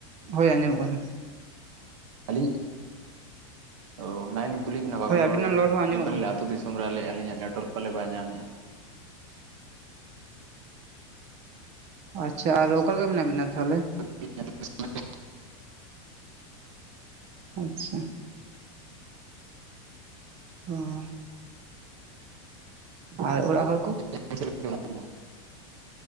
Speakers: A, on the right; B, on the right.
A: ᱦᱳᱭ ᱟᱸᱡᱚᱢᱚᱜ ᱠᱟᱱᱟ ᱾
B: ᱟᱹᱞᱤᱧ ᱚ ᱚᱱᱟ ᱞᱤᱧ ᱠᱩᱞᱤ ᱵᱤᱱᱟ ᱵᱟᱵᱤᱱ
A: ᱦᱳᱭ ᱟᱵᱤᱱᱟᱜ
B: ᱨᱚᱲᱮᱫᱼᱟ
A: ᱨᱚᱲ ᱦᱚᱸ ᱟᱸᱡᱚᱢᱚᱜ
B: ᱟᱹᱞᱤᱧ ᱯᱟᱞᱮ
A: ᱠᱟᱱᱟ
B: ᱟᱹᱛᱩ
A: ᱟᱨ ᱪᱮᱫ
B: ᱫᱤᱥᱚᱢ ᱢᱳᱵᱟᱭᱤᱞ ᱨᱮ ᱟᱞᱤᱧᱟᱜ ᱱᱮᱴᱳᱣᱟᱨᱠ ᱯᱟᱞᱮ ᱵᱟᱭ ᱧᱟᱢᱮᱫᱼᱟ ᱾
A: ᱚ ᱟᱪᱪᱷᱟ ᱟᱨ ᱚᱠᱟᱞᱮᱠᱟ ᱢᱮᱱᱟᱜ ᱵᱤᱱᱟ ᱛᱟᱦᱚᱞᱮ?
B: <unintelligible>
A: ᱟᱪᱪᱷᱟ, ᱦᱩᱸ, ᱟᱨ ᱚᱲᱟᱜ ᱦᱚᱲ ᱠᱚ?
B: ᱟᱵᱤᱱ ᱪᱮᱫ ᱞᱮᱠᱟ ᱢᱮᱱᱟᱜ ᱵᱤᱱᱟ?